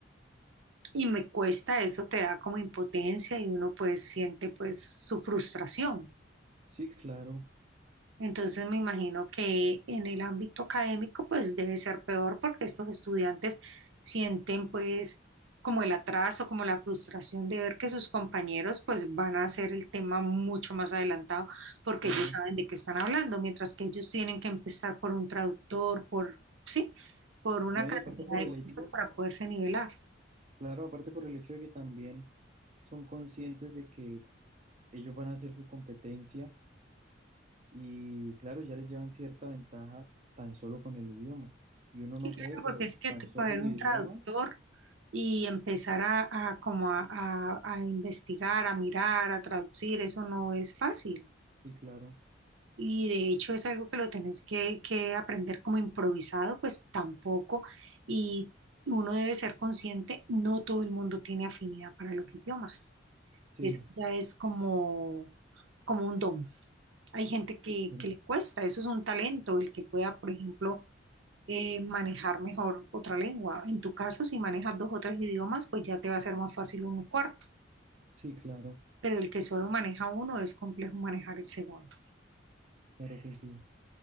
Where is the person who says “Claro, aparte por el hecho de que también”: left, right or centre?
Right